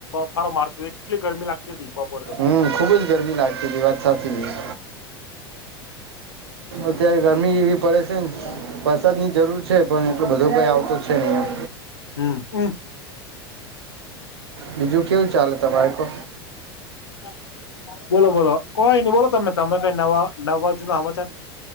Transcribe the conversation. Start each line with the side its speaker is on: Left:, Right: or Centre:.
Left: ફાર મારતો એટલી ગરમી લાગતી હતી બપોરે
Right: હમ ખુબ જ ગરમી લાગતી તી. વાત સાચી છે. અત્યારે ગરમી એવી પડે સે ન. વરસાદની જરૂર છે પણ એટલો બધો કઈ આવતો છે નહી એમ.
Left: હમ હમ
Right: બીજું કેવું ચાલે તમારે કો?
Left: હા બોલો બોલો કોઈની બોલો તમે તમે કઈ નવા નવા જુના હમાચાર?